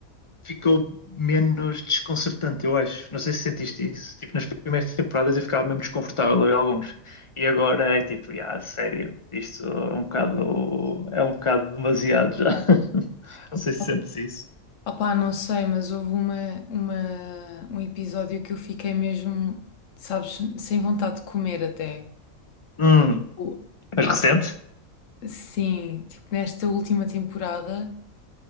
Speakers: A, on the left; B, on the left.
A: ficou menos desconcertante, eu acho. Não sei se sentiste isso. Tipo, nas primeiras temporadas eu ficava mesmo desconfortável a ver alguns. E agora é tipo, ah, sério, isto é um bocado, é um bocado demasiado já. <laughs> Não sei se
B: Op-
A: sentes isso.
B: Opá, não sei, mas houve uma, uma, um episódio que eu fiquei mesmo, sabes, sem vontade de comer até.
A: Hum,
B: O-
A: mas recente?
B: Sim, tipo, nesta última temporada,